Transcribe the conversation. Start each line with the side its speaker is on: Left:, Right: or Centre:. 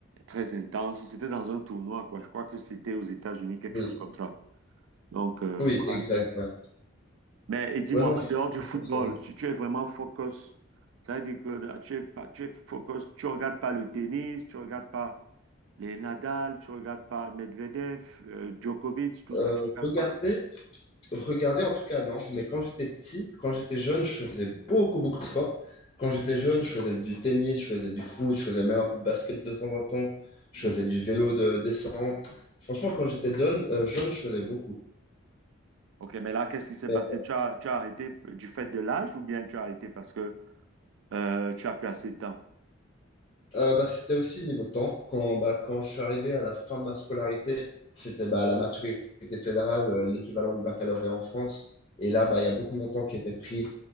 Right: très intense. C'était dans un tournoi, quoi. Je crois que c'était aux États-Unis, quelque
Left: Oui,
Right: chose comme ça. Donc, euh,
Left: oui,
Right: voilà
Left: exact.
Right: un peu.
Left: Ouais,
Right: Mais et dis-moi,
Left: Ouais, non, franchement,
Right: en dehors du football,
Left: c'est-
Right: tu, tu es vraiment focus. Ça veut dire que euh, tu es, pas- tu es focus, tu regardes pas le tennis, tu regardes pas les Nadal, tu regardes pas Medvedev, euh, Djokovic, tout
Left: euh,
Right: ça, tu regardes
Left: regardez,
Right: pas?
Left: Regarder, en tout cas, non. Mais quand j'étais petit, quand j'étais jeune, je faisais beaucoup, beaucoup de sport. Quand j'étais jeune, je faisais du tennis, je faisais du foot, je faisais même un peu de basket de temps en temps. Je
Right: Non.
Left: faisais du vélo de descente. Franchement, quand j'étais jeune, euh, jeune, je faisais beaucoup.
Right: Ok, mais là, qu'est-ce qui s'est
Left: Mais,
Right: passé? Tu as, tu as arrêté du fait de l'âge ou bien tu as arrêté parce que Euh, tu as plus assez de temps.
Left: euh, bah, c'était aussi niveau temps. Quand, bah, quand je suis arrivé à la fin de ma scolarité, c'était bah, la maturité fédérale, euh, l'équivalent du baccalauréat en France. Et là, bah, il y a beaucoup de mon temps qui était pris